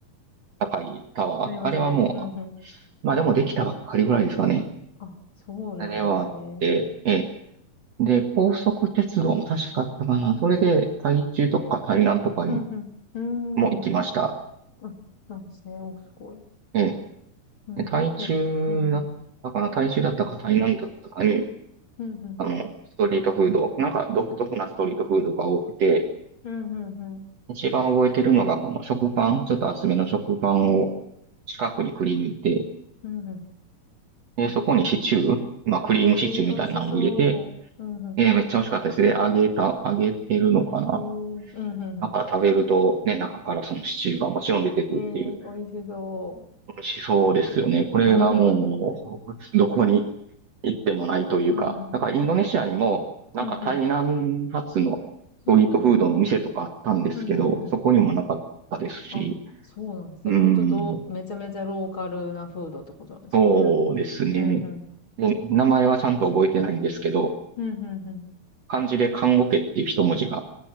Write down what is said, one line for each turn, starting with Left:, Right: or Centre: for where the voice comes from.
Right: 高いタワー。
Left: ありますね。
Right: あれはも
Left: うん、うん。
Right: う、まあでもできたばっかりぐらいですかね。
Left: あ、そうなんですね。
Right: あれはあって、ええで、高速鉄道も確かあったかな。それで、台中とか台南とかに
Left: うん、うん。
Right: も行きました。
Left: うーん。あ、そうなんですね。お、すごい。
Right: ええ
Left: うん、
Right: で台中だったかな、
Left: うん。やっうん、うん。
Right: 台中だったか台南だったかに、
Left: うん、うん。
Right: あの、ストリートフード、なんか独特なストリートフードが多くて、
Left: うん、うん、うん。
Right: 一番覚えてるのがこの食パン、ちょっと厚めの食パンを四角にくり抜いて、
Left: うんうん
Right: えーそこにシチュー、まあ、クリームシチューみたいなのを入れて、
Left: えー、美味しそう。うん、うん。
Right: えーめっちゃ美味しかったですね。揚げた、揚げてるのかな
Left: えー、うん、うん、う
Right: だから食べると、ね、中からそのシチューがもちろん出てくるっていう。
Left: ん。えー、美味しそう。
Right: 美味しそうですよね。これがもう、
Left: <laughs>
Right: どこに行ってもないというか。
Left: うん、うん。うん、うん。
Right: だからインドネシアにも、なんか台南発のストリートフードの店とかあったんですけど、
Left: うん、うん。うん、うん。うん、うん。
Right: そこにもなかったですし、
Left: あ、そうなんですね。
Right: うー
Left: 本当どう、
Right: ん、
Left: めちゃめちゃローカルなフードってことなんですかね。
Right: そうですね。
Left: うんうん。
Right: で名前はちゃんと覚えてないんですけど、
Left: うんうんう
Right: 漢字で看護家っていう一文字が、